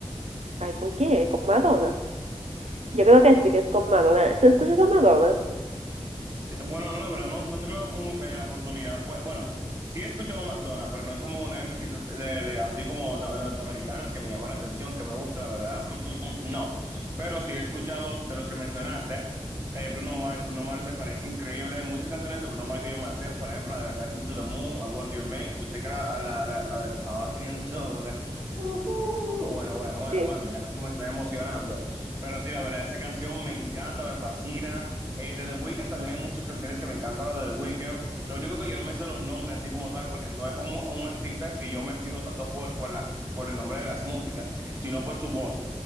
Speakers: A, on the right (about 80°); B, on the right (about 25°).
A: Ay, ¿con quién? ¿Con Madonna? Yo creo que sí, que es con Madonna. ¿Tú escuchas a Madonna?
B: Sí, Bueno, no, la verdad, no, no he tenido mu- eh, la oportunidad. Pues, bueno, sí he escuchado McDonald's, pero no es como una de mis citas de, de- así como no- norteamericanas que me llama la atención, que me gusta, la verdad. mm, mm, mm, no. Pero sí he escuchado de los que mencionaste. eh, Bruno Mars, Bruno Mars me parece increíble. Hay muchas canciones de Bruno Mars que yo me sé, por ejemplo, la de Talking to the Moon, I Was Your Man. Yo sé que la, la, la, la de Talking to the Ujú. Bueno, bueno, bueno,
A: Sí,
B: bueno, ya como me estoy emocionando. Pero sí, la verdad, esa canción me encanta, me fascina. Eh, de The Weeknd también hay muchas canciones que me encantan de The Weeknd. Lo único que yo no me sé los nombres así como tal, porque no es como un artista que yo me fijo tanto por, por, la, por el nombre de las músicas, sino por su voz.